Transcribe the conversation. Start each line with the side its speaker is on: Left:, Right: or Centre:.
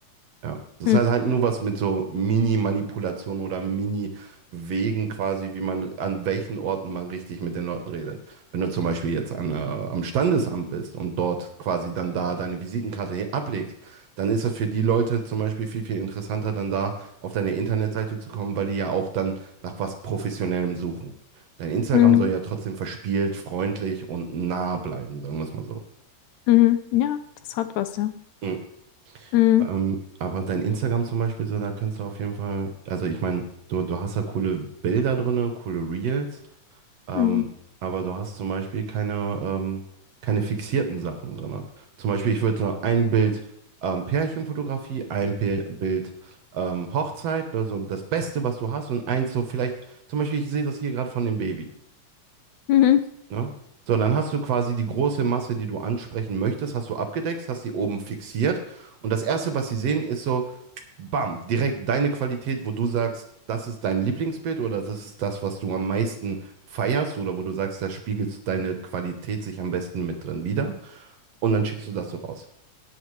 Right: Ja, das
Left: Mhm.
Right: hat halt nur was mit so Mini-Manipulationen oder Mini-Wegen quasi, wie man, an welchen Orten man richtig mit den Leuten redet. Wenn du zum Beispiel jetzt an, äh, am Standesamt bist und dort quasi dann da deine Visitenkarte he- ablegst, dann ist das für die Leute zum Beispiel viel, viel interessanter, dann da auf deine Internetseite zu kommen, weil die ja auch dann nach was Professionellem suchen. Dein Instagram
Left: Mhm.
Right: soll ja trotzdem verspielt, freundlich und nah bleiben, sagen wir es mal so.
Left: Mhm. Ja, das hat was, ja.
Right: Mhm.
Left: Mhm.
Right: Ähm, aber dein Instagram zum Beispiel, so, da kannst du auf jeden Fall, also ich meine, du, du hast da coole Bilder drinne, coole Reels, ähm,
Left: Mhm.
Right: aber du hast zum Beispiel keine, ähm, keine fixierten Sachen drinne. Zum Beispiel, ich würde so ein Bild ähm, Pärchenfotografie, ein Pär Bild ähm, Hochzeit, also das Beste, was du hast, und eins so vielleicht, zum Beispiel, ich sehe das hier gerade von dem Baby.
Left: Mhm.
Right: Ne? So, dann hast du quasi die große Masse, die du ansprechen möchtest, hast du abgedeckt, hast die oben fixiert. Und das Erste, was sie sehen, ist so, bam, direkt deine Qualität, wo du sagst, das ist dein Lieblingsbild oder das ist das, was du am meisten feierst oder wo du sagst, da spiegelt deine Qualität sich am besten mit drin wider. Und dann schickst du das so raus.